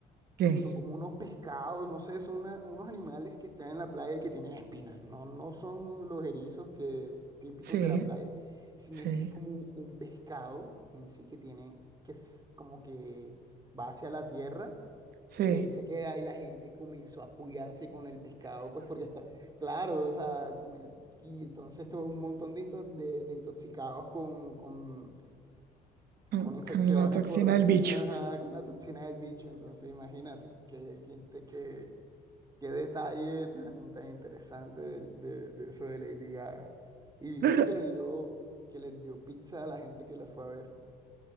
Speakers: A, on the right (about 70°); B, on the right (about 20°).
A: ¿qué?
B: que son como unos pescados, no sé, son una- unos animales que están en la playa y que tienen espinas. No, no son los erizos que, típicos
A: Sí,
B: de la playa, sino
A: sí,
B: es que es como un pescado en sí que tiene, que es como que va hacia la tierra
A: sí.
B: Y ahí se queda y la gente comenzó a apoyarse con el pescado, pues porque está, claro, o sea, come- y entonces tuvo un montón de, into- de, de intoxicados con, con,
A: mm,
B: con infecciones
A: Con la toxina
B: por,
A: del bicho.
B: ajá, con la toxina del bicho, entonces imagínate, qué, qué, inte- qué- qué detalle tan, tan interesante de, de- de eso de Lady Gaga. Y viste
A: <laughs>
B: que le dio, que le dio pizza a la gente que la fue a ver.